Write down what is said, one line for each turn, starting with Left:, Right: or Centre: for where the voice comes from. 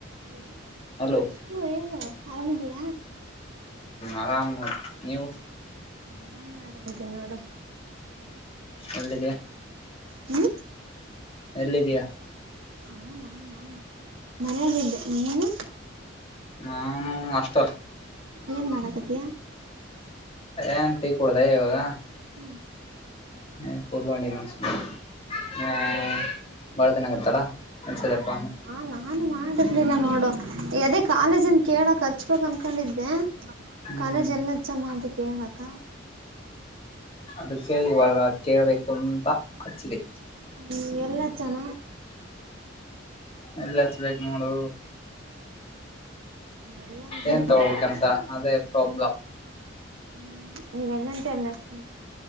Right: Hello
Left: hello
Right: ಹಾ Shivu ಹೇಳೋ ಆರಾಮ್ ಇದ್ಯಾ
Left: ಆರಾಮ್ ನೋಡು ನೀವು
Right: ನಾನು ಆರಾಮ್ ಇದ್ದೀನಿ ನೋಡು
Left: ಎಲ್ಲಿದಯ
Right: ಹೂ
Left: ಎಲ್ಲಿದೀಯಾ
Right: ಹ ನಾನ ಮನೆಯಲ್ಲಿದ್ದೆ ನೀನು
Left: ನಾನು ಹಾಸ್ಟೆಲ್
Right: ಏನ್ ಮಾಡಕತ್ತಿಯ
Left: ಹೇ ಟೀ ಕುಡ್ದೆ ಇವಾಗ
Right: ಹು
Left: ಹೇ ಕುತ್ಕೊಂಡು ನೋಡ್ ಸುಮ್ಮನೆ ಹ್ಮ ಬಾಳದಿನ ಆಗತ್ತಲ್ಲ <inaudible> ಮಚ್ಚದಪ್ಪ
Right: ಹಾ ನಾನು ಮಾಡಿರ್ಲಿಲ್ಲ ನೋಡು ಅದೇ ಕಾಲೇಜನ್ ಕೇಳಕ್ ಹಚ್ಬೇಕು ಅನ್ಕೊಂಡಿದ್ದೆ
Left: ಹ್ಮ್
Right: ಕಾಲೇಜ್ ಎಲ್ಲಚ್ಚಮ್ಮ ಅಂತ ಕೇಳಕ್ಕ
Left: ಅದಕ್ಕೆ ಇವಾಗ ಕೇಳ್ಬೇಕು ಅಂತ ಹಚ್ಚಿದೆ
Right: ಹ್ಮ್ ಎಲ್ಲಾ ಚಣ
Left: ಎಲ್ಲ ಹಚ್ಬೇಕು ನೋಡು
Right: ಎಲ್ಲಂತೆ
Left: ಏನ್ ತಗೋಬೇಕಂತ ಅದೇ ಪ್ರಾಬ್ಲಲೆಮ್
Right: ಹ್ಮ ನೀವೆಲ್ಲಟ ಅನ್ನ್ತೀನ